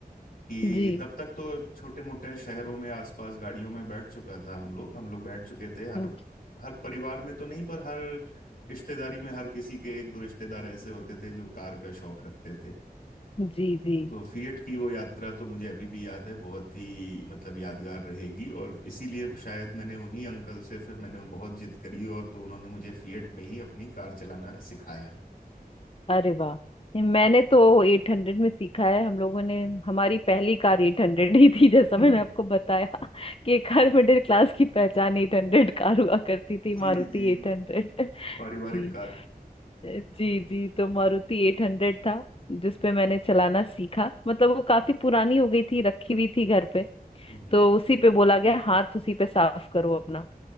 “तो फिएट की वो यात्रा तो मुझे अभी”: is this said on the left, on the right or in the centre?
Left